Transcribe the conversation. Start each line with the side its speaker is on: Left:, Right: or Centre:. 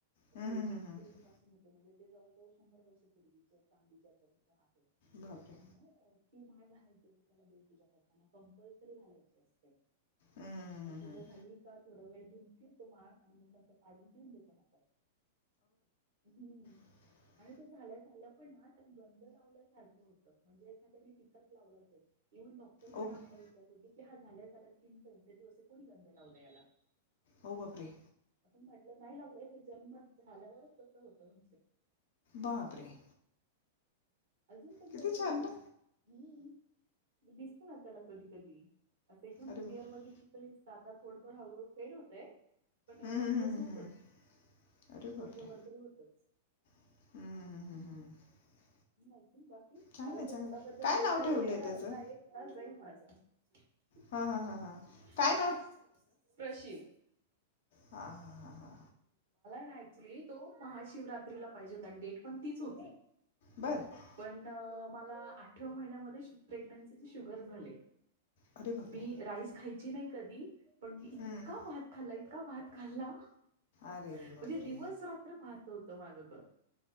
Left: हं
Right: ूर्वी
Left: हं हं हं
Right: पूर्वीपसून होते म्हणजे ते जवळजवळ शंभर वर्ष पूर्वीचे चांदीच्या <unintelligible>
Left: बापरे
Right: तुम <unintelligible> ती माळ घालायची असते, त्याला देवपूजा करताना कंपल्सरी घालायची असते.
Left: हं हं हं
Right: मग
Left: हं
Right: पूजा
Left: हं
Right: झाली का थोडा वेळ घेऊन, फिरतो माळ आणि मग नंतर काढून देऊन देतो हातात. हम्म.
Left: ह <unintelligible>
Right: आणि तो झाल्या झाल्या पण ना त्याला गंध लावल्यासारखं होतं म्हणजे एखाद्याने टिकच लावलं असेल. इव्हन डॉक्टर पण
Left: ओ बाई
Right: आम्हाला विचारत होते, की हा झाल्या झाल्या स्किन सेन्सिटिव्ह असे कोणी गंध लावला याला.
Left: हो बापरे.
Right: आपण म्हटलं नाही लागलं ते जन्म झाल्यावरच कसं होतं म्हण
Left: बापरे.
Right: अजून पण
Left: किती
Right: कधी कधी
Left: छान
Right: दिस हम्
Left: ना
Right: दिसत, ना त्याला कधी कधी अस.
Left: अरे
Right: क्लिअर
Left: बापरे
Right: बघितलं तर दिसत, आता थोडंथोड हळहळू फेड होतय. पण एवढा
Left: हं हं
Right: दिवस
Left: हं हं
Right: होत
Left: हं अरे
Right: वर्षभर
Left: बापरे
Right: तरी होतच
Left: <unintelligible>
Right: अजून बाकी
Left: चांगलं
Right: माझ
Left: आहे चांगलं
Right: तो मुलाबद्दल
Left: आहे काय
Right: बोलायला
Left: नाव ठेवलं
Right: गेली
Left: आहे
Right: तर
Left: त्याचं
Right: अर्धा एक तास जाईन माज. काय
Left: हां हां हां हां काय
Right: नाव ठेवलं? प्रशिव.
Left: हा, हा, हा, हा.
Right: क्च्युली तो महाशिवरात्रीला पाहिजे होता आणि डेट पण तीच होती.
Left: बरं
Right: पण मला अठरा महिन्यामध्ये प्रेग्नन्सीची शुगर झाली
Left: अरे बापरे
Right: मी राईस खायची नाही कधी. पण मी इतका
Left: हं
Right: भात खाल्ला इतका भात खाल्ला म्हणजे
Left: अरे बापरे
Right: दिवस रात्र भात होत माझ तर